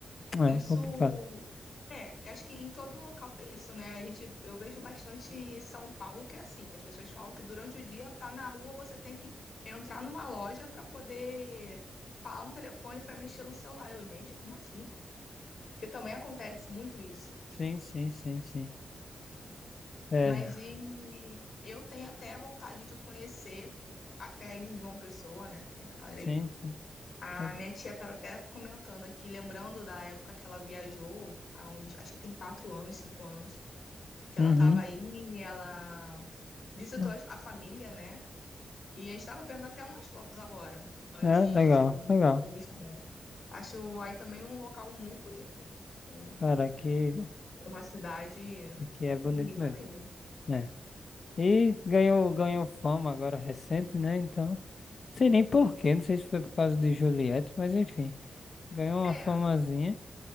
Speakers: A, on the left; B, on the left.
A: é
B: Isso
A: complicado.
B: é, acho que em todo local tem isso, né? A gente, eu vejo bastante em São Paulo que é assim, que as pessoas falam que durante o dia tá na rua, você tem que entrar numa loja para poder falar no telefone para mexer no celular. Eu, gente, como assim? Porque também acontece muito isso.
A: Sim, sim, sim, sim, é,
B: Mas e eu tenho até vontade de conhecer até aí em João Pessoa, né? Tem na Paraíba.
A: sim, sim.
B: A
A: É.
B: minha tia estava até comentando aqui, lembrando da época que ela viajou, há uns, acho que tem quatro anos, cinco anos, que
A: Uhum.
B: ela estava aí e ela visitou
A: Não.
B: as- a família, né? E a gente estava vendo até umas fotos agora, antes
A: É, legal,
B: de
A: legal.
B: dessa vez também. Acho aí também um local muito bonito. Um-
A: Cara, aqui,
B: uma cidade
A: aqui é bonito
B: bonita
A: mesmo.
B: mesmo.
A: É. E ganhou, ganhou fama agora recente, né? Então, sei nem porquê, não sei se foi por causa de Juliette, mas enfim, ganhou uma
B: É,
A: famazinha,